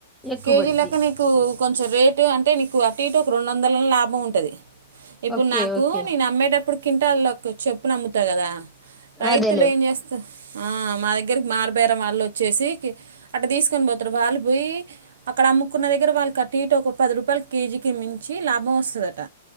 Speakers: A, in the centre; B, on the right.
A: ఎక్కువ
B: కేజీ
A: పడిద్ది
B: లెక్క నీకూ కొంచెం రేటు అంటే నీకు అటు ఇటు ఒక రెండు వందల్లో లాభం ఉంటది ఇప్పుడు
A: ఓకే
B: నాకు
A: ఓకే
B: నేను అమ్మేటప్ ప్పుడు కింటలోక్ చెప్పునమ్ముతా కదా రైతులు
A: అదేలే
B: ఏం చేస్త ఆ మా దగ్గరకి మార్పు బేర మళ్ళోచ్చేసి అట్ట తీసుకొని పోతారు వాళ్ళు పోయి అక్కడ అమ్ముకున్న దగ్గర వాళ్ళ అటు ఇటు ఒక పది రూపాయలు కేజీకి మించి లాభం వస్తదట